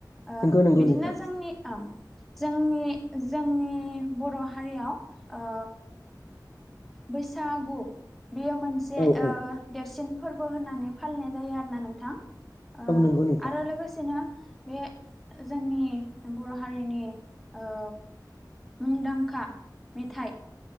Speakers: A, in the centre; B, on the left.
A: ओ
B: नंगौ नंगौ
A: बिदिनो
B: नोंथां
A: जोंनि औ। जोंनि जोंनि बर' हारियाव ओ बैसागु बेयो मोनसे
B: औ औ
A: ओ देरसिन फोरबो होननानै फालिनाय जायो आरोना नोंथां ओ
B: औ नंगौ नोंथां
A: आरो लोगोसेनो बे जोंनि बर' हारिनि ओ मुंदांखा मेथाइ